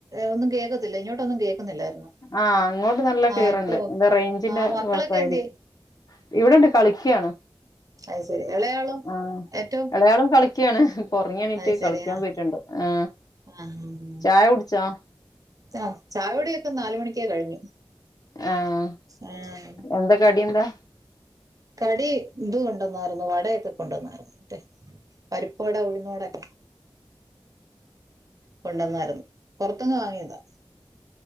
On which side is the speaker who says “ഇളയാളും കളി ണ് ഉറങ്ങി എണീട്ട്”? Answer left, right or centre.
Left